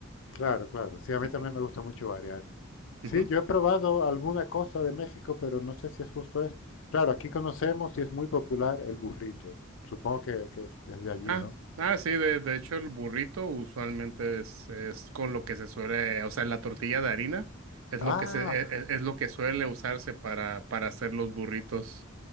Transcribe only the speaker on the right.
Ok.
Ujú.
Ah,
ah, sí, de, de hecho el burrito usualmente es, es con lo que se suele, o sea, la tortilla de harina es
lo que se, e- e- es, lo que suele usarse para, para hacer los burritos.